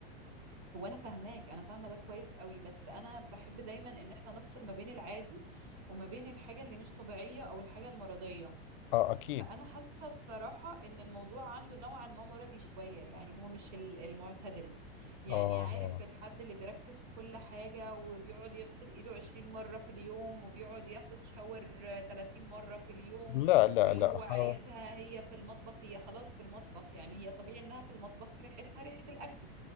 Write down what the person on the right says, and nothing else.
هو انا فاهماك انا فاهمه ده كويس قوي بس انا بحب دايما ان احنا نفصل ما بين العادي وما بين الحاجه اللي مش طبيعيه او الحاجه المرضيه
فانا حاسه الصراحه ان الموضوع عنده نوعا ما مرضي شويه يعني هو مش ال- المعتدل يعني
عارف الحد اللي بيركز في كل حاجه وبيقعد يغسل ايده 20 مره في اليوم وبيقعد ياخد شاور 30 مره في اليوم
واللي
هو عايزها
هي في المطبخ هي خلاص في المطبخ يعني هي طبيعي انها في المطبخ ريحتها ريحه الاكل